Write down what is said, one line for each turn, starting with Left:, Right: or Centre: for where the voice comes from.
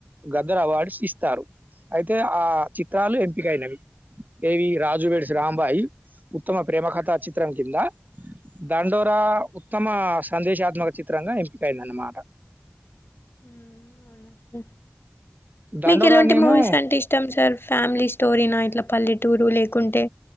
Right: గద్దర వ వార్డ్స్ ఇస్తారు అయితే ఆ చిత్రాలు ఎంపికైనవి ఏవి రాజు వెడ్స్ రాంబాయి ఉత్తమ ప్రేమ కథా చిత్రం కింద దండోరా ఉత్తమ సందేశాత్మక చిత్రంగా ఎంపికైందన్నమాట
Left: ఉమ్ అవునా సార్
Right: 'దండోరా'నేమో
Left: మీకు ఎలాంటి మూవీస్ అంటే ఇష్టం సార్ ఫ్యామిలీ స్టోరీనా ఇట్లా పల్లెటూరు లేకుంటే